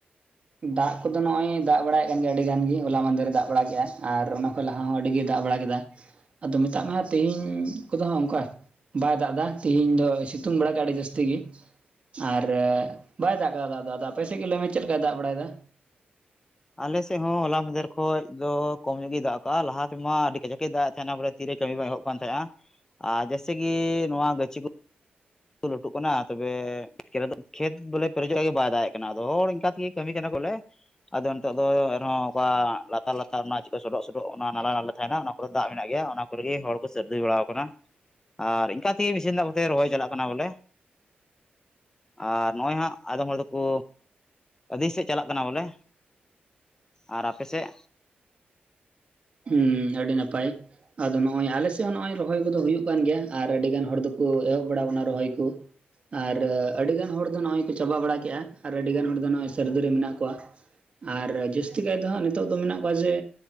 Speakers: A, on the right; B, on the left.
A: ᱫᱟᱜ ᱠᱚᱫᱚ ᱱᱚᱜᱼᱚᱭ ᱫᱟᱜ ᱵᱟᱲᱟᱭᱮᱫ ᱠᱟᱱ ᱜᱮᱭᱟ ᱟᱹᱰᱤ ᱜᱟᱱ ᱜᱮ ᱦᱚᱞᱟ ᱢᱟᱦᱫᱮᱨ ᱫᱟᱜ ᱵᱟᱲᱟ ᱠᱮᱫᱼᱟ ᱟᱨ ᱚᱱᱟ ᱞᱟᱦᱟ ᱦᱚᱸ ᱟᱹᱰᱤ ᱜᱮ ᱫᱟᱜ ᱵᱟᱲᱟ ᱠᱮᱫᱟ ᱟᱫᱚ ᱢᱮᱛᱟᱜ ᱢᱮ ᱦᱟᱜ ᱛᱮᱦᱮᱧ ᱠᱚᱫᱚ ᱦᱟᱜ ᱚᱱᱠᱟ ᱵᱟᱭ ᱫᱟᱜ ᱮᱫᱟ ᱛᱮᱦᱤᱧ ᱫᱚ ᱥᱤᱛᱩᱝ ᱵᱮᱲᱟ ᱜᱮ ᱟᱹᱰᱤ ᱡᱟᱹᱥᱛᱤ ᱜᱮ ᱟᱨ ᱵᱟᱭ ᱫᱟᱜ ᱠᱟᱫᱟ ᱫᱟᱜ ᱫᱚ ᱟᱯᱮ ᱥᱮᱫ ᱜᱮ ᱞᱟᱹᱭ ᱢᱮ ᱪᱮᱫ ᱞᱮᱠᱟᱭ ᱫᱟᱜᱽ ᱵᱟᱲᱟᱭᱮᱫᱟ
B: ᱟᱞᱮᱥᱮᱫ ᱦᱚᱸ ᱦᱚᱞᱟ ᱢᱟᱫᱮᱨ ᱠᱷᱚᱡ ᱫᱚ ᱠᱚᱢ ᱧᱚᱜ ᱜᱮᱭ ᱫᱟᱜ ᱠᱟᱜᱼᱟ ᱞᱟᱦᱟᱛᱮᱢᱟ ᱟᱹᱰᱤ ᱠᱟᱡᱟᱠ ᱮᱭ ᱫᱟᱜ ᱮ ᱛᱟᱦᱮᱸᱱᱟ ᱵᱚᱞᱮ ᱛᱮ ᱠᱟᱹᱢᱤ ᱵᱟᱝ ᱮᱦᱚᱵ ᱠᱟᱱ ᱛᱟᱦᱮᱸᱱᱟ ᱟᱨ ᱡᱮᱭᱥᱮ ᱠᱤ ᱱᱚᱣᱟ ᱜᱟᱹᱪᱷᱤ ᱠᱚ ᱞᱟᱹᱴᱩᱜ ᱞᱟᱹᱴᱩ ᱠᱟᱱᱟ ᱛᱚᱵᱮ ᱠᱷᱮ ᱠᱷᱮᱛ ᱵᱚᱞᱮ ᱯᱮᱨᱮᱡᱚᱜᱼᱟ ᱜᱮ ᱵᱟᱭ ᱫᱟᱲᱭᱟᱜ ᱠᱟᱱᱟ ᱟᱫᱚ ᱦᱚᱲ ᱤᱱᱠᱟ ᱛᱮᱜᱮ ᱠᱟᱹᱢᱤ ᱠᱟᱱᱟ ᱵᱚᱞᱮ ᱟᱫᱚ ᱱᱤᱛᱚᱜ ᱫᱚ ᱮᱱᱦᱚᱸ ᱚᱱᱠᱟ ᱞᱟᱛᱟᱨ ᱞᱟᱛᱟᱨ ᱚᱱᱟ ᱪᱮᱠᱟ ᱥᱰᱚᱜ ᱥᱰᱚᱜ ᱚᱱᱟ ᱱᱟᱞᱟ ᱱᱟᱞᱟ ᱛᱟᱦᱮᱱᱟ ᱚᱱᱟ ᱠᱚᱫᱚ ᱫᱟᱜ ᱢᱮᱱᱟᱜ ᱜᱮᱭᱟ ᱚᱱᱟ ᱠᱚᱨᱮᱜᱮ ᱦᱚᱲ ᱠᱚ ᱥᱟᱹᱨᱫᱤ ᱵᱟᱲᱟᱟᱣ ᱟᱠᱟᱱᱟ ᱟᱨ ᱤᱱᱠᱟ ᱛᱮᱜᱮ ᱢᱤᱥᱤᱱ ᱫᱟᱜ ᱠᱚᱛᱮ ᱨᱚᱦᱚᱭ ᱪᱟᱞᱟᱜ ᱠᱟᱱᱟ ᱠᱟᱱᱟ ᱵᱚᱞᱮ ᱟᱨ ᱱᱚᱜᱼᱚᱭ ᱦᱟᱸᱜ ᱟᱫᱚᱢ ᱦᱚᱲ ᱫᱚᱠᱚ ᱟᱹᱫᱤ ᱥᱮᱫ ᱪᱟᱞᱟᱜ ᱠᱟᱱᱟ ᱵᱚᱞᱮ ᱟᱨ ᱟᱯᱮ ᱥᱮᱫ?
A: ᱦᱩᱸ ᱟᱹᱰᱤ ᱱᱟᱯᱟᱭ ᱟᱫᱚ ᱱᱚᱜᱚᱭ ᱟᱞᱮ ᱥᱮᱫ ᱦᱚᱸ ᱱᱚᱜ ᱨᱚᱦᱚᱭ ᱠᱚᱫᱚ ᱦᱩᱭᱩᱜ ᱠᱟᱱ ᱜᱮᱭᱟ ᱟᱨ ᱟᱹᱰᱤ ᱜᱟᱱ ᱦᱚᱲ ᱫᱚᱠᱚ ᱮᱦᱚᱵ ᱵᱟᱲᱟᱱᱟ ᱨᱚᱦᱚᱭ ᱠᱚ ᱟᱨ ᱟᱹᱰᱤᱜᱟᱱ ᱦᱚᱲ ᱫᱚ ᱱᱚᱜᱼᱚᱭ ᱠᱚ ᱪᱟᱵᱟ ᱵᱟᱲᱟ ᱠᱮᱫᱼᱟ ᱟᱨ ᱟᱹᱰᱤᱜᱟᱱ ᱦᱚᱲ ᱫᱚ ᱱᱚᱜᱼᱚᱭ ᱥᱟᱹᱨᱫᱤ ᱨᱮ ᱢᱮᱱᱟᱜ ᱠᱚᱣᱟᱹ ᱟᱨ ᱡᱟᱹᱥᱛᱤ ᱠᱟᱭ ᱫᱚ ᱦᱟᱸᱜ ᱱᱤᱛᱚᱜ ᱫᱚ ᱢᱮᱱᱟᱜ ᱠᱚᱣᱟ ᱡᱮ